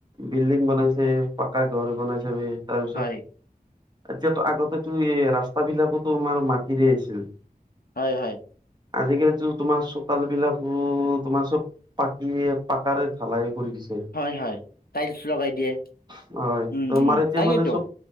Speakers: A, on the right; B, on the left.
A: বিল্ডিং বনাইছে পাকা ঘৰ বনাই ছবে, তাৰ পিছত
B: হয়
A: এতিয়াতো আগতেতো এই ৰাস্তা বিলাকোটো আমাৰ মাটিৰে আছিল।
B: হয়, হয়।
A: আজিকালিতো তোমাৰ চোতাল বিলাক তোমাৰ চব পাকি পাকাৰে ঢালাই কৰি দিছে।
B: হয় হয় টাইলছ লগাই দিয়ে
A: হয়।
B: উম
A: ত তোমাৰা
B: উম
A: এতিয়া
B: তাকেইতো
A: মানে চব